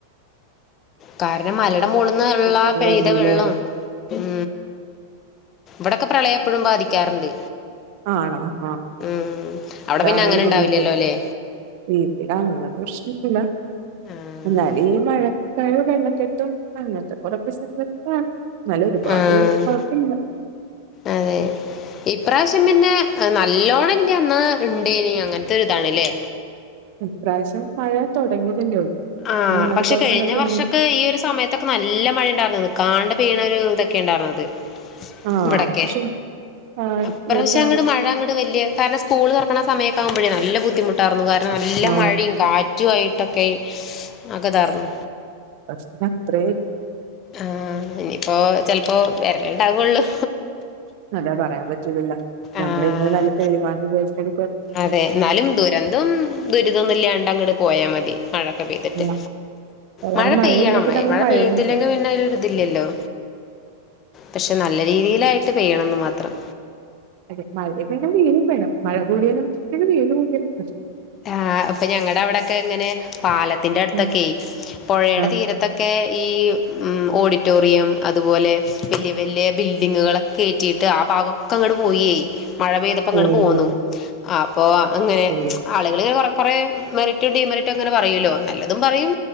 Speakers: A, on the left; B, on the right.
A: കാ പിന്നെ മലയുടെ മോളുന്നു ഉള്ള പെയ്ത
B: എല്ലാം
A: വെള്ളം ഉം ഇവിടൊക്കെ പ്രളയം എപ്പോഴും ബാധിക്കാറുണ്ട്.
B: ആണോ ആ.
A: ഉം അവിടെ
B: അതാ
A: പിന്നെ
B: ആകെയൊരു
A: അങ്ങനെ
B: ബുദ്ധിമുട്ട്.
A: ഉണ്ടാവില്ലല്ലോ ല്ലേ
B: ബിപിയുടെ അങ്ങനെ പ്രശ്നൊന്നില്ല.
A: ആഹ്
B: എന്നാല് ഈ മഴ <unintelligible> വെള്ളക്കെട്ടും അങ്ങത്തെ പോലെ പ്രശ്നങ്ങൾ <unintelligible> എന്നാല് ഒരുപാട്
A: ആഹ്
B: കൊഴപ്പയില്ല.
A: അതെ ഇപ്രാവശ്യം പിന്നെ നല്ലോണല്ലേ ന്നാ ണ്ടേനി അങ്ങനത്തെ ഒര് ഇതാണല്ലേ
B: ഇപ്രാവശ്യം മഴ തുടങ്ങിയത് ല്ലേ ഉള്ളൂ
A: ആഹ്
B: ഞങ്ങക്ക്
A: പക്ഷെ
B: കുറച്ച്
A: കഴിഞ്ഞ
B: അങ്ങോട്ട് നീങ്ങി
A: വർഷൊക്കെ ഈ ഒരു സമയത്തൊക്കെ നല്ല മഴയ ഉണ്ടായിരുന്നു നിക്കാണ്ട പെയ്യണ ഒരു ഇതൊക്കെ ഉണ്ടായിരുന്നുത്
B: ആ
A: ഇവിടൊക്കെ
B: പക്ഷെ ആ
A: അപ്രാവശ്യ
B: ഇപ്പൊ-
A: അങ്ങോട്ട് മഴ അങ്ങോട്ട് വല്യ കാരണം സ്കൂള് തുറക്കണ സമയ ആകുമ്പഴ നല്ല ബുദ്ധിമുട്ടായിരുന്നു നല്ല
B: ആ
A: മഴയും കാറ്റുമായിട്ട് മുറ്റക്കെ ആക്കെ താർന്നു
B: പക്ഷ അത്ര
A: ആഹ് ഇനിയിപ്പോ ചെലപ്പോ വെരല് ഇണ്ടാവോള്ളൂ
B: അതാ പറയാൻ പറ്റൂല്ലല്ലോ നമ്മൾ
A: ആഹ്
B: ഇന്ന് നല്ല തെളിവാന്ന് വിചാരിച്ചിട്ടാട്
A: അതെ എന്നാലും ദുരന്തം ദുരിതൊന്നും ഇല്ലാണ്ട് അങ്ങട് പോയാൽ മതി മഴൊക്കെ പെയ്തിട്ട്
B: ആ കാരണം
A: മഴ
B: മഴയില്ലെങ്കിൽ
A: പെയ്യണം
B: നമ്മള്
A: മഴ
B: മഴയും
A: പെയ്തില്ലെങ്കിൽ
B: നിക്കും
A: പിന്നെ അതിലൊരിതില്ലല്ലോ പക്ഷെ നല്ല രീതിയിലായിട്ട് പെയ്യണെന്ന് മാത്രം.
B: അതെ മഴേം വേണം വെയിലും വേണം മഴ കൂടിയാലും വെയില് കൂടിയാലും പ്രശ്നം.
A: ആഹ് അപ്പൊ ഞങ്ങടെ അവിടൊക്കെ ഇങ്ങനെ പാലത്ത് ത്തിന്റെ അടുത്തൊക്കെ
B: ഉം
A: പൊഴേടെ
B: ആഹ്
A: തീരത്തൊക്കെ ഈ ഉം ഓഡിറ്റോറിയം അതുപോലെ വെല്യ വെല്യ ബിൽഡിങ്ങുകളൊക്കെ കേറ്റീട്ട് ആ ഭാഗമൊക്കെ അങ്ങട് പോയേ മഴ പെയ്തപ്പോ ഇങ്ങട്
B: ഓഹ്
A: പോന്നു അ അപ്പൊ അങ്ങനെ
B: ശരി
A: ആളുകളിങ്ങനെ കൊറെ കൊറെ മെറിറ്റും ഡീമെറിറ്റും ഇങ്ങനെ പറയുവല്ലോ നല്ലതും പറയും